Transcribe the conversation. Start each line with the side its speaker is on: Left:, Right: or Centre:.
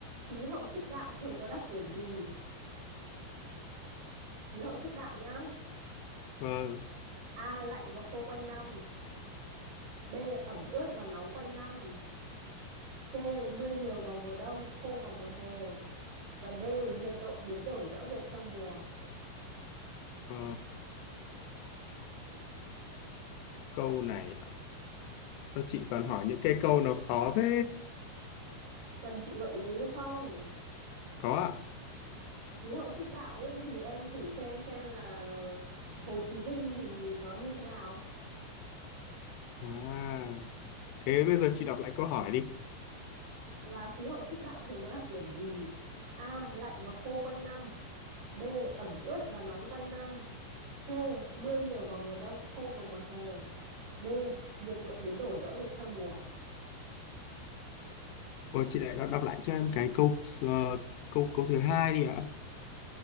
Right: Khí hậu xích đạo thường có đặc điểm gì? Khí hậu xích đạo nhá.
Left: Vâng.
Right: A. Lạnh và khô quanh năm. B. Ẩm ướt và nóng quanh năm. C. Mưa nhiều vào mùa đông, khô vào mùa hè. Và D. Nhiệt độ biến đổi rõ rệt theo mùa.
Left: Ờ, câu này à? sao chị toàn hỏi những cái câu nó khó thế?
Right: Cần chị gợi ý luôn không?
Left: Có ạ.
Right: khí hậu xích đạo ấy thì em thử xem xem là Hồ Chí Minh thì nó như thế nào
Left: À, thế bây giờ chị đọc lại câu hỏi đi.
Right: là khí hậu xích đạo thường có đặc điểm gì A lạnh và khô quanh năm B ẩm ướt và nóng quanh năm C mưa nhiều vào mùa đông khô vào mùa hè D nhiệt độ biến đổi rõ rệt theo mùa
Left: Ủa, chị lại đọc, đọc lại cho em cái câu ờ, câu câu thứ hai đi ạ.